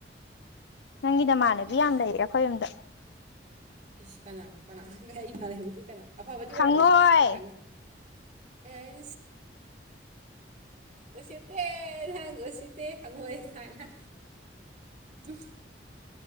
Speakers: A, on the left; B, on the right.
A: ꯅꯪꯒꯤ ꯅꯃꯥꯟꯅꯕꯤ
B: ꯑꯥ
A: ꯌꯥꯝ ꯂꯩꯔꯦ ꯑꯩꯈꯣꯏꯔꯣꯝꯗ
B: ꯏꯁ ꯀꯅꯥ ꯀꯅꯥ ꯉ ꯈꯦꯗꯤ ꯀꯅꯥ ꯑꯐꯕꯗꯤ ꯑꯣꯏꯔꯝꯃꯣꯏ
A: ꯍꯪꯉꯣꯏ
B: ꯑꯩ ꯈꯪꯉꯤ ꯑꯦ ꯎꯁꯤꯠꯇꯦ ꯅꯍꯪ ꯎꯁꯤꯠꯇꯦ ꯍꯪꯉꯣꯏ ꯍꯥꯌꯅꯥ ꯎ